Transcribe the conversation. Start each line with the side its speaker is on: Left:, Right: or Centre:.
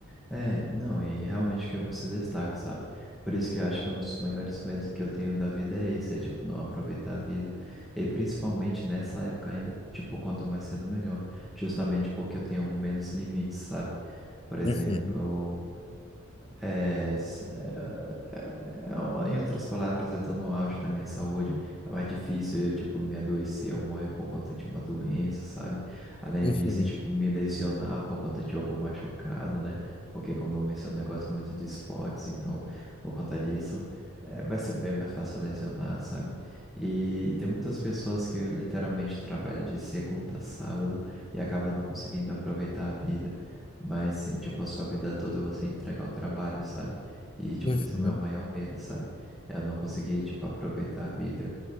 Centre: É, não, e realmente que você destaca, sabe? Por isso que eu acho que é um dos maiores medos que eu tenho da vida é esse, é tipo, não aproveitar a vida. E principalmente nessa época ainda, tipo, quanto mais cedo melhor. Justamente porque eu tenho um menos limites, sabe? Por exemplo.
Left: Uhum,
Centre: É, s- é, é, é, é, em outras palavras, eu tô no auge da minha saúde. É mais difícil eu, tipo, me adoecer ou morrer por conta de uma doença, sabe? Além
Left: uhum.
Centre: disso, tipo, me lesionar por conta de algum machucado, né? Porque, como eu mencionei, eu gosto muito de esportes, então, por conta disso, é, vai ser bem mais fácil lesionar, sabe? E tem muitas pessoas que literalmente trabalham de segunda a sábado e acabam não conseguindo aproveitar a vida. Mas sim, tipo, a sua vida toda você entrega ao trabalho, sabe? E, tipo,
Left: Uhum,
Centre: esse é o meu maior medo, sabe? Eu não consegui, tipo, aproveitar a vida